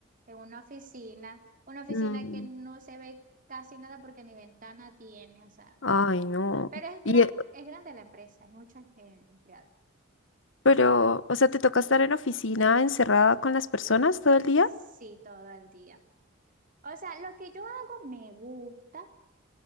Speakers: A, on the right; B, on the left.
A: en una oficina, una oficina
B: Mm,
A: que no se ve casi nada porque ni ventana tiene, o sea,
B: Ay, no.
A: pero es grande,
B: Y, eh,
A: es grande la empresa, hay muchos eh, empleados.
B: pero, o sea, ¿te toca estar en oficina encerrada con las personas todo el
A: Sí,
B: día?
A: todo el día. O sea, lo que yo hago me gusta